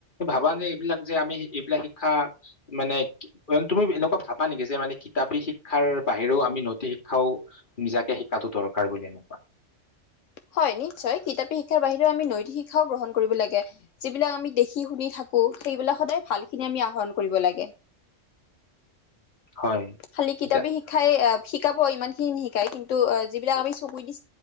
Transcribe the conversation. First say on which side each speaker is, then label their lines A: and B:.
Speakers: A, on the left; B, on the left.
A: ভাবা নে এইবিলাক যে আমি এইবিলাক শিক্ষা মানে তুমি এনেকুৱা ভাবা নেকি যে মানে কিতাপী শিক্ষাৰ বাহিৰেও আমি নৈতিক শিক্ষাও নিজাকে শিকাটো দৰকাৰ বুলি এনেকুৱা
B: হয় নিশ্চয় কিতাপী শিক্ষাৰ বাহিৰেও আমি নৈতিক শিক্ষাও গ্ৰহণ কৰিব লাগে যিবিলাক আমি দেখি শুনি থাকো সেইবিলাক সদায় ভাল খিনি আমি আহৰণ কৰিব লাগে
A: হয়
B: খালি কিতাপি শিকাই শ শিকাব ইমান খিনি শিকাই কিন্তু যিবিলাক আমি চকু দি